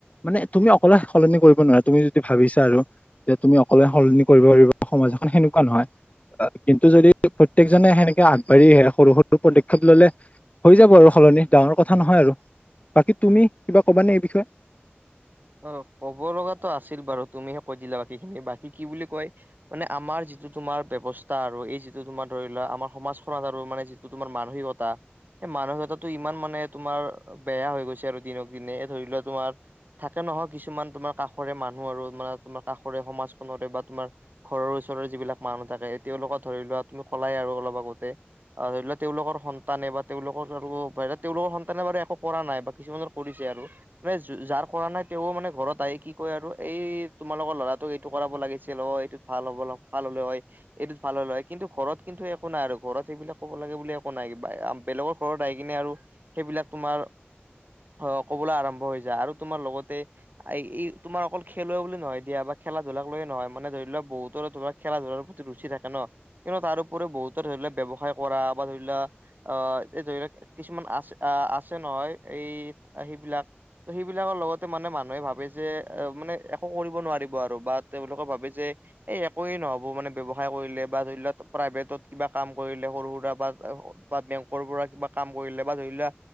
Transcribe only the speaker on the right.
অ ক'ব লগাতটো আছিল বাৰু তুমিহে কৈ দিলা বাকী খিনি বাকী কি বুলি কয় মানে আমাৰ যিটো তোমাৰ বেৱস্থা আৰু এই যিটো তোমাৰ ধৰি লোৱা আমাৰ সমাজখনত আৰু মানে যি টো তোমাৰ মানসিকতা এই মানসিকতাটো ইমান মানে তোমাৰ বেয়া হৈ গৈছে আৰু দিনক দিনে এ ধৰি লোৱা তোমাৰ থাকে নহয় কিছুমান তোমাৰ কাষৰে মানুহ আৰু মানে তোমাৰ কাষৰে সমাজখনৰে বা তোমাৰ ঘৰৰ ওচৰৰ যিবিলাক মানুহ থাকে তেওঁলোকক ধৰি লোৱা তুমি কলাই আৰু অলপ আগতে আ ধৰি লোৱা তেওঁলোকৰ সন্তানে বা তেওঁলোকৰ আৰু ধৰি ল তেওঁলোকৰ সন্তানে বাৰু একো কৰা নাই বা কিছুমানৰ কৰিছে আৰু মে জো যাৰ কৰা নাই তেওঁ মানে ঘৰত আহি কি কয় আৰু এই তোমালোকৰ ল'ৰাটোক এইটো কৰাব লাগিছিল অ এইটো ভাল হ'বল ভাল হ'লে হয় এইটোত ভাল হ'ল হয় কিন্তু ঘৰত কিন্তু একো নাই আৰু ঘৰত সেইবিলাক ক'ব লাগে বুলি একো নাই কিবা আ বেলেগৰ ঘৰত আহি কিনে আৰু সেইবিলাক তোমাৰ অ ক'বলৈ আৰম্ভ হৈ যায় আৰু তোমাৰ লগতে আই, এই তোমাৰ অকল খেলুৱৈ বুলি নহয় দিয়া বা খেলা ধূলাক লৈয়ে নহয়! মানে ধৰি লোৱা বহুতৰে তোমাক খেলা ধূলাৰ প্ৰতি ৰুচি থাকে! ন কিন্তু তাৰ উপৰিও বহুতো ধৰি লোৱা ব্যৱসায় কৰা বা ধৰি লোৱা! অ', এই <unintelligible> ধৰি লোৱা কিছুমান আছ আছে ন এই সেইবিলাক ত' সেইবিলাকৰ লগতে মানে মানুহে ভাবে যে এ মানে একো কৰিব নোৱাৰিব! আৰু বা তেওঁলোকে ভাবে যে এই একোৱে নহ'ব! মানে ব্যৱসায় কৰিলে বা ধৰি লোৱা প্ৰাইভেটত কিবা কাম কৰিলে সৰু সুৰা বা <unintelligible> বা বেংকৰ পৰা কিবা কাম কৰিলে বা ধৰি লোৱা